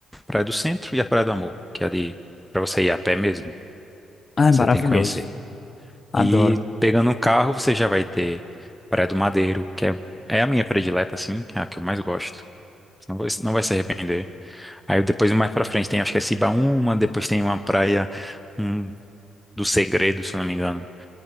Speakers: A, in the centre; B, on the left.
A: Praia do Centro e a Praia do Amor, que é ali, pra você ir a pé mesmo,
B: Ai,
A: você
B: maravilhoso.
A: tem que conhecer.
B: Adoro.
A: E pegando um carro, você já vai ter Praia do Madeiro, que é, é a minha predileta, assim, é a que eu mais gosto. Você Não vai, não vai se arrepender. Aí depois, mais pra frente, tem, acho que é Cibaúma, depois tem uma praia um, do Segredo, se eu não me engano.